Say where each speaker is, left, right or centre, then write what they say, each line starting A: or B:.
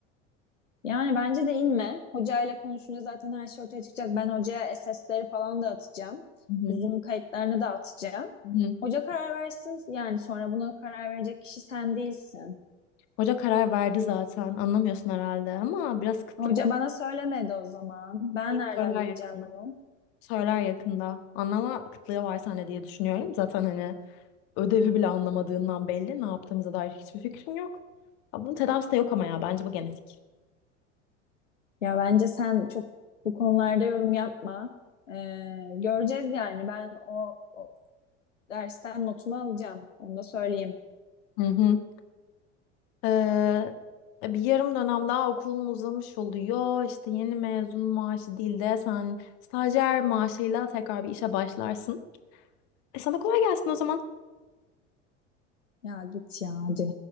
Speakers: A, on the left (about 80°); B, on the left (about 55°).
A: Yani bence de inme. Hocayla konuşunca zaten her şey ortaya çıkacak. Ben hocaya SS'leri falan da atacağım.
B: Hı hı.
A: Zoom kayıtlarını da atacağım.
B: Hı.
A: Hoca karar versin. Yani sonra buna karar verecek kişi sen değilsin.
B: Hoca karar verdi zaten. Anlamıyorsun herhalde ama biraz kıtlık
A: Hoca
B: olduğu
A: bana söylemedi o zaman. Ben
B: şeyi
A: nereden
B: söyler
A: bileceğim
B: yakında.
A: bunu?
B: Söyler yakında. Anlama kıtlığı var sende diye düşünüyorum. Zaten hani ödevi bile anlamadığından belli. Ne yaptığımıza dair hiçbir fikrin yok. Ya bunun tedavisi de yok ama ya bence bu genetik.
A: Ya bence sen çok bu konularda yorum yapma. Ee, göreceğiz yani. Ben o, o dersten notumu alacağım. Onu da söyleyeyim.
B: Hı hı. Ee, bir yarım dönem daha okulun uzamış oluyor. İşte yeni mezun maaşı değil de sen stajyer maaşıyla tekrar bir işe başlarsın. E sana kolay gelsin o zaman.
A: Ya git ya hadi.